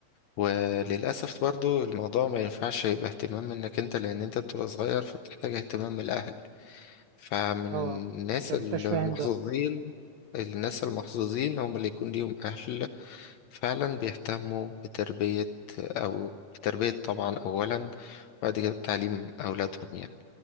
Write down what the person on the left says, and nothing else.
وللأسف برضو الموضوع ما ينفعش يبقى اهتمام منك أنت لأن أنت بتبقى صغير فبتحتاج اهتمام من الأهل فمن
الناس
المحظوظين
الناس المحظوظين هم اللي يكون ليهم أهل فعلا بيهتموا بتربية أو بتربية طبعا أولا وبعد كده بتعليم أولادهم يعني